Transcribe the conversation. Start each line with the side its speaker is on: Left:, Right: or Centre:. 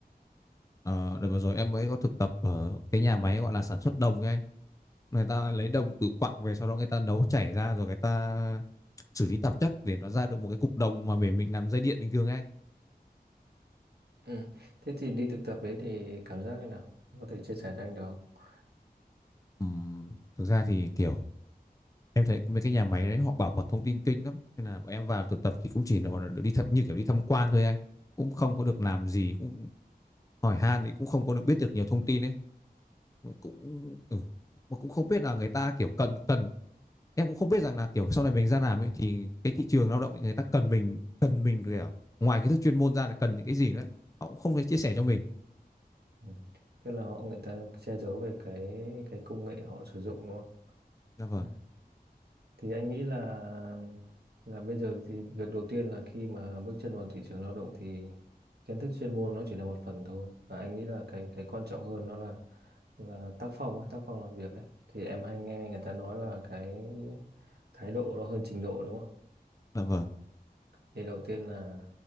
Left: Ờ, đợt vừa rồi em mới có thực tập ở cái nhà máy gọi là sản xuất đồng ấy anh. người ta
Right: Ừ.
Left: lấy đồng từ quặng về sau đó người ta nấu chảy ra rồi người ta xử lý tạp chất để nó ra được một cái cục đồng mà để mình làm dây điện bình thường ấy anh
Right: Ừ. Thế thì đi thực tập đấy thì cảm giác thế nào? Có thể chia sẻ cho anh được không?
Left: Ừm, thực ra thì kiểu em thấy mấy cái nhà máy đấy họ bảo mật thông tin kinh lắm nên là bọn em vào thực tập thì cũng chỉ là đi thăm như kiểu đi tham quan thôi anh cũng không có được làm gì cũng hỏi han thì cũng không có được biết được nhiều thông tin ấy cũng ừ, mà cũng không biết là người ta kiểu cần cần em cũng không biết rằng là kiểu sau này mình ra làm ấy thì cái thị trường lao động ấy, người ta cần mình cần mình kiểu ngoài kiến thức chuyên môn ra là cần những cái gì nữa họ cũng không thể chia sẻ cho mình
Right: Ừ. Tức là họ người ta che giấu về cái cái công nghệ họ sử dụng đúng không?
Left: dạ vâng
Right: Ừ. thì anh nghĩ là là bây giờ thì việc đầu tiên là khi mà bước chân vào thị trường lao động thì kiến thức chuyên môn nó chỉ là một phần thôi và anh nghĩ là cái cái quan trọng hơn nó là là tác phong ấy tác phong làm việc ấy thì em hay nghe người ta nói là cái thái độ nó hơn trình độ đúng không
Left: dạ vâng
Right: thì đầu tiên là